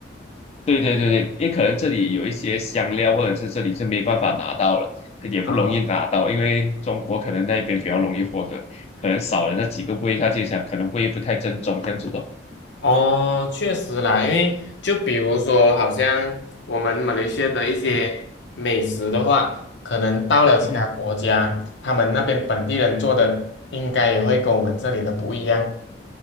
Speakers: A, on the left; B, on the left.
A: 对对对对，因为可能这里有一些香料，或者是这里就没办法拿到了，也不容易拿到，
B: 啊。
A: 因为中国可能那边比较容易获得，可能少了那几个味，他就想可能味不太正宗这样子咯。
B: 哦，确实啦，因为就比如说，好像我们马来西亚的一些美食的话，
A: 嗯
B: 可能到了其他国家，
A: 嗯，嗯嗯
B: 他们那边本地人做的应该也会跟我们这里的不一样。